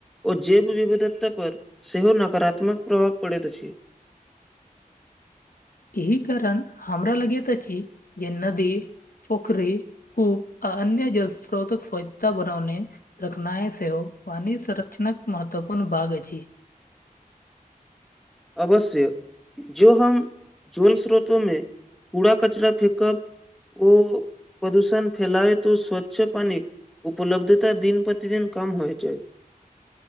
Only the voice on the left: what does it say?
एहि कारण हमरा लगेत अछि जे नदी पोखरी को अन्य जल स्रोतक स्वच्छता बनौने रखनाइ सेहो पानी संरक्षणक महत्वपूर्ण बाग अछि